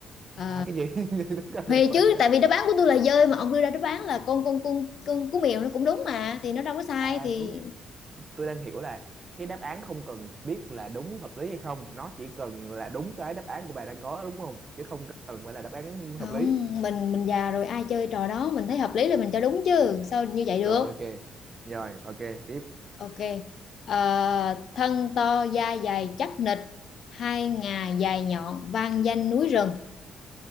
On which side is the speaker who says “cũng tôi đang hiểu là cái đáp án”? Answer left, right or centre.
Right